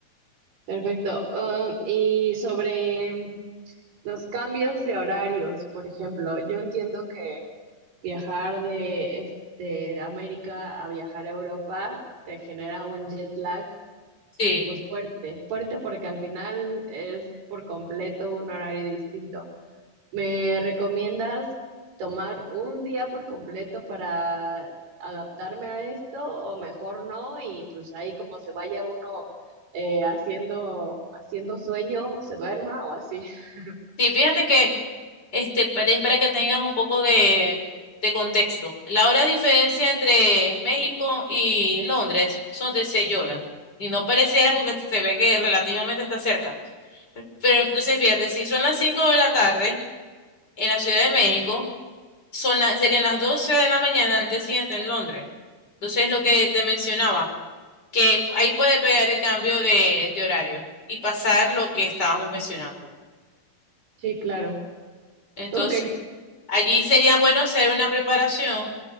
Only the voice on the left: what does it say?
Sí,
sí, fíjate que este, para, es para que tengas un poco de, de contexto. La hora de diferencia entre México y Londres son de seis horas. Y no pareciera porque se ve que relativamente está cerca. Pero entonces, fíjate, si son las cinco de la tarde en la Ciudad de México, son las, serían las 12 de la mañana del día siguiente en Londres. Entonces, lo que te mencionaba, que ahí puede pegar el cambio de, de horario y pasar lo que estábamos mencionando.
Entonces,
allí sería bueno hacer una preparación,